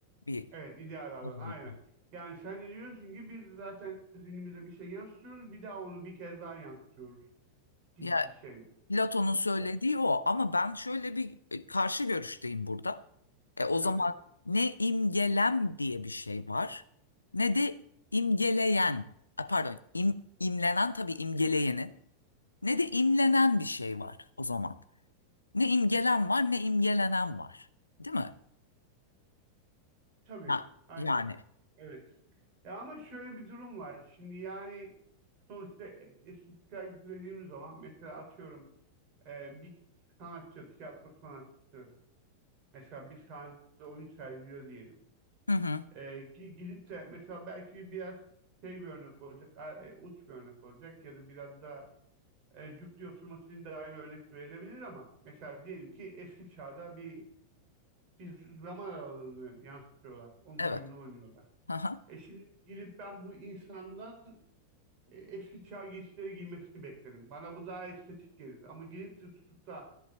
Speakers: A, on the left; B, on the right.
A: bir
B: evet idealardan
A: Evet.
B: aynen. Yani sen de diyorsun ki biz zaten zihnimize bir şey yansıtıyoruz, bir daha onu bir kez daha yansıtıyoruz gibi
A: ya
B: bir şey mi?
A: Platon'un söylediği
B: Olan.
A: o ama ben şöyle bir e, karşı görüşteyim burada. E, o
B: Tabii.
A: zaman ne imgelem diye bir şey var ne de imgeleyen a, pardon im, imlenen tabii imgeleyenin ne de imlenen bir şey var o zaman. Ne imgelen var ne imgelenen var. Değil mi?
B: Tabii.
A: Ya,
B: Aynen.
A: yani.
B: Evet. Ya ama şöyle bir durum var. Şimdi yani sonuçta e, estetik sergisi dediğimiz zaman mesela atıyorum e, bir sanatçı, tiyatro sanatçısı mesela bir sahnede oyun sergiliyor diyelim.
A: Hı hı.
B: E, ki gidip de mesela belki biraz şey bir örnek olacak, a- e, uç bir örnek olacak ya da biraz da e, cuk diye oturması için daha iyi bir örnek verilebilir ama mesela diyelim ki eski çağda bir bir zaman aralığını yansıtıyorlar. Onun oyununu
A: Evet.
B: oynuyorlar.
A: Hı
B: E şimdi gidip ben bu insandan e, eski çağ giysileri giymesini beklerim. Bana bu daha estetik gelir. Ama gidip de tutup da